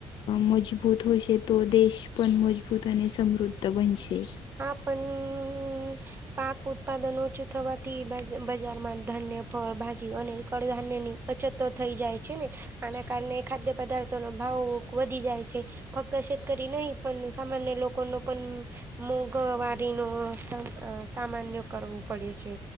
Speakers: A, on the left; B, on the right.
A: મજબૂત હોશે તો દેશ પણ મજબૂત અને સમૃદ્ધ બનશે.
B: હા પણ પાક ઉત્પાદન ઓછું થવાથી બજાર માં ધાન્ય ફળ ભાજી અને કડધાાન્યની અછતો થઈ જાય છે ને આના કારણે ખાદ્ય પદાર્થો નો ભાવ વધી જાય છે. ફક્ત શેતકરી નહી પણ સામાન્ય લોકોનો પણ મોંઘવારીનો સામાન્ય કરવો પડે છે.